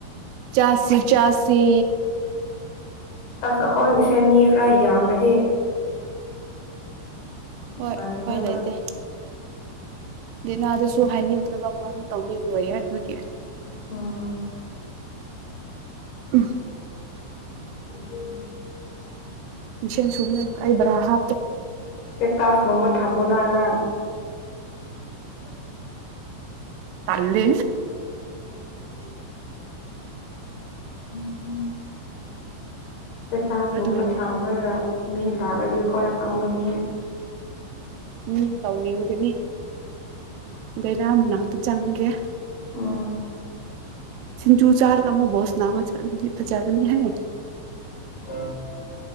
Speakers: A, on the right (about 85°); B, on the left (about 65°).
A: ꯆꯥꯁꯤ ꯆꯥꯁꯤ
B: ꯑꯁ ꯑꯩꯈꯣꯏꯒꯤꯁꯦ ꯃꯤ ꯈꯔ ꯌꯥꯝꯃ꯭ꯔꯗꯤ ꯅꯨꯡꯉꯥꯏꯒꯗꯕ
A: ꯍꯣꯏ ꯀꯥꯏ ꯂꯩꯇꯦ ꯦꯅꯥꯗꯁꯨ ꯍꯥꯏꯅꯤꯡꯉ ꯕꯥ ꯇꯧꯅꯤ ꯑꯣꯏꯣꯏꯦ ꯇꯨꯒꯤꯦ
B: ꯎꯝ
A: ꯑꯥ
B: ꯎꯝ
A: ꯃꯤꯁꯦꯟ ꯁꯨꯕꯅ ꯑꯩꯕ꯭ꯔꯥ ꯍꯥ
B: ꯦ ꯇꯥꯛꯥꯁ ꯔꯨꯝꯝꯕ ꯊꯝꯃꯅꯅ ꯑ
A: ꯇꯜꯂꯦ
B: ꯎꯝ <inaudible> ꯎ ꯄꯇꯥꯁꯒꯨꯝꯕ
A: ꯑꯗꯨ
B: ꯊꯝꯃꯒ ꯃꯤ ꯂꯥꯛꯗꯤ ꯍꯣꯏ ꯈꯥꯡꯕ ꯃꯤ
A: ꯎꯝ ꯇꯧꯅꯤꯡꯒꯅꯤ ꯗꯔ ꯃꯅꯥꯇ ꯆꯪꯒ
B: ꯎꯝ
A: ꯆꯁꯤꯡꯖꯨ ꯆꯥꯔꯒ ꯑꯃ ꯣ ꯁꯅꯥꯃ ꯆꯥꯂ ꯖꯒꯅꯤ ꯍꯥꯏꯒ
B: ꯑ